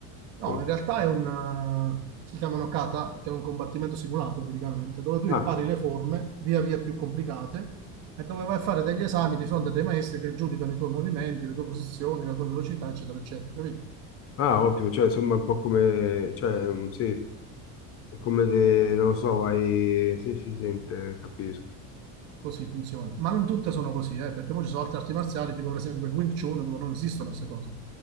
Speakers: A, on the right; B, on the left.
A: No,
B: Come-
A: in realtà è un, eh, si chiamano kata, che è un combattimento simulato praticamente, dove tu
B: Ah,
A: impari le forme via via più complicate e dove vai a fare degli esami di fronte a dei maestri che giudicano i tuoi movimenti, le tue posizioni, la tua velocità, eccetera, eccetera, capito?
B: ah, ottimo, cioè insomma un po' come... Cioè, mm, sì, è come de... non lo so, vai... Sì, si sente, capisco.
A: Così funziona. Ma non tutte sono così, eh, perché poi ci sono altre arti marziali, tipo per esempio il Wing Chun, dove non esistono queste cose,